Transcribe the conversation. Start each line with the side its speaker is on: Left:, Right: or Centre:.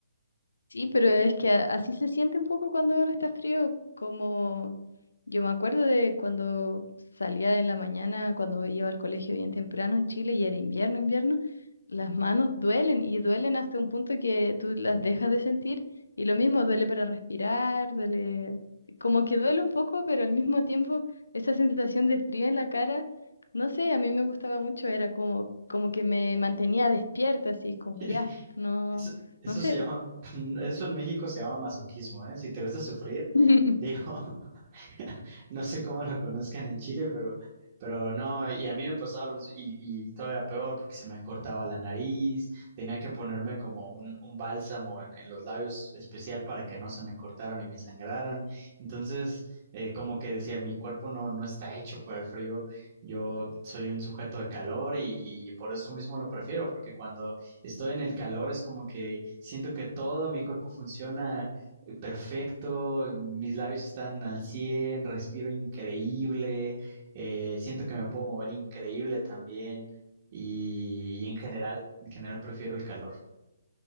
Left: Sí, pero es que a- así se siente un poco cuando uno está frío, como yo me acuerdo de cuando salía en la mañana, cuando iba al colegio bien temprano en Chile y era invierno, invierno, las manos duelen y duelen hasta un punto que tú las dejas de sentir y lo mismo duele para respirar, duele, como que duele un poco, pero al mismo tiempo esa sensación de frío en la cara, no sé, a mí me gustaba mucho, era como, como que me mantenía despierta, así
Right: <laughs>
Left: como ya, no,
Right: Eso, eso
Left: no sé.
Right: se llama, <laughs> eso en México se llama masoquismo, ¿eh? Si te gusta sufrir,
Left: <laughs>
Right: digo, <laughs> <laughs> No sé cómo lo conozcan en Chile, pero, pero no, y a mí me pasaba lo mismo y, y todavía peor porque se me cortaba la nariz, tenía que ponerme como un, un bálsamo en, en los labios especial para que no se me cortaran y me sangraran. Entonces, eh, como que decía, mi cuerpo no, no está hecho para el frío, yo soy un sujeto de calor y, y por eso mismo lo prefiero, porque cuando estoy en el calor es como que siento que todo mi cuerpo funciona eh, perfecto, mis labios están al 100, respiro increíble, eh, siento que me puedo mover increíble también y, y en general, en general prefiero el calor.